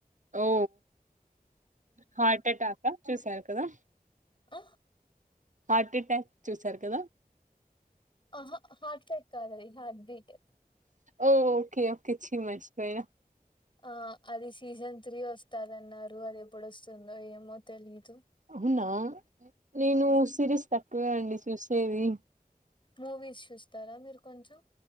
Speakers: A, on the right (about 55°); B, on the left (about 30°).
A: ఓ హార్ట్ అటాకా చూసారు కదా
B: అ
A: హార్ట్ అటాక్ చూసారు కదా
B: అహ హార్ట్ అటాక్ కాదది హార్ట్ బీట్
A: ఓ ఓకే ఓకే చి మర్చిపోయ
B: ఆ అది సీజన్ త్రీ వస్తదన్నారు అది ఎప్పుడు వస్తుందో ఏమో తెలీద్
A: అవునా నేను సిరీస్ తక్కువే అండి చూసేది
B: మూవీస్ చూస్తారా మీరు కొంచెం